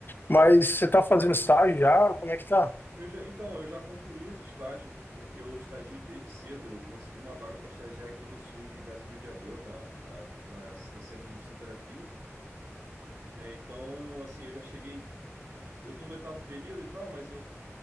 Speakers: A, on the left; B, on the right.
A: Mas você tá fazendo estágio já? Como é que tá?
B: Eu já, então, eu já concluí os estágios, né? Porque eu estagio desde cedo. Eu consegui uma vaga para estagiar aqui no SUS de Casimiro de Abreu, na, na, nas- no Centro de Fisioterapia, né? Então, assim, eu já cheguei. Eu tô no oitavo período e tal, mas eu